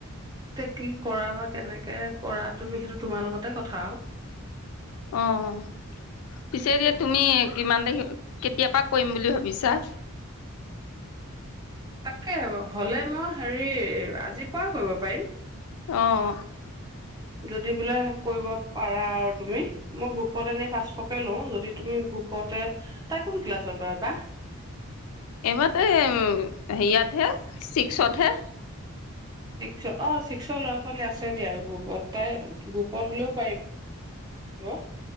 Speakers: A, on the right (about 20°); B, on the left (about 75°).
A: তে কি কৰা বা কেনেকে কৰা তুমি সেইটো তোমাৰ লগতে কথা আৰু।
B: অ', পিছে দি তুমি কিমান দেখি কেতিয়াপা কৰিম বুলি ভাবিছা?
A: তাকে হ হ'লে মই হেৰি আজি পুৱা কৰিব পাৰিম।
B: অহ।
A: যদি বোলে কৰিব পাৰা আৰু তুমি মই গ্ৰুপত এনেই পাঁচশকে লওঁ যদি তুমি গ্ৰুপতে তাই কোন ক্লাছৰ ব বা?
B: এইবাৰতে হেৰিয়াতহে ছিক্সতহে।
A: ছিক্স অ', ছিক্সৰ ল'ৰা-ছোৱালী আছে দিয়া আৰু গ্ৰুপত তাই গ্ৰুপত হ'লেও পাৰিব।